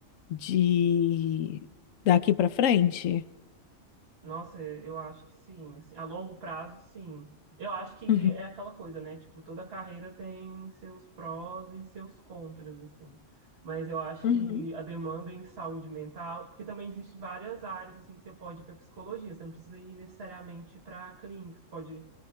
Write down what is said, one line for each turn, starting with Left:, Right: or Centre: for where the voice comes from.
Left: de daqui pra frente?
Right: Nossa, eu acho que sim. assim, a longo prazo, sim. Eu acho que
Left: Uhum.
Right: é aquela coisa, né? Tipo, toda carreira tem seus prós e seus contras, assim. Mas eu acho
Left: Uhum.
Right: que a demanda em saúde mental, porque também existe várias áreas assim que você pode ir para psicologia. Você não precisa ir necessariamente para clínica. Você pode